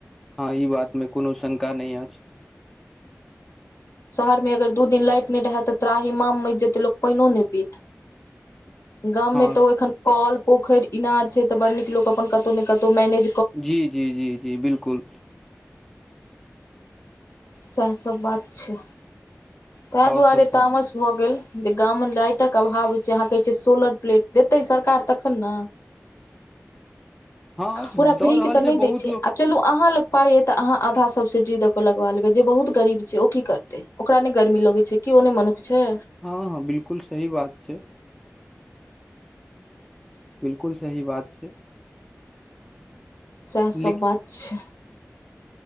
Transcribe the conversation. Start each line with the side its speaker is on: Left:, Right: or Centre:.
Centre: हँ ई बात मे कोनो शंका नहि अछ
Left: शहर मे अगर दू दिन लाइट नहि रहे तऽ त्राहि माम मच जेते लोग पानियो नहि पी गाममे
Centre: हँ
Left: तऽ एखन कल पोखरि इनार छै तऽ बड़ नीक लोक अपन कतहु ने कतहु मैने
Centre: जी जी जी जी बिलकु
Left: सएह सब बात छै ताहि
Centre: आओर
Left: दुआरे
Centre: सब कहु
Left: तामस भए गे जे गाम मे लाइटक अभाव छै अहाँ कहै छिय सोलर प्लेट देतै सरकार तखन न
Centre: हँ
Left: पूरा
Centre: दऽ
Left: फ्रीके
Centre: रहल
Left: तऽ नहि
Centre: बहुत
Left: दैत छै
Centre: लोक
Left: आब चलू अहा ल पाइ य तऽ अहाँ आधा सब्सिडी दऽ केऽ लगबा लेबै जे बहुत गरीब छै ओ की करतै ओकरा नहि गर्मी लगैत छ केओ नहि मनुख छ
Centre: हँ हँ बिलकुल सही बात छ बिलकुल सही बात छ
Left: सएहसब
Centre: लेक
Left: बात छ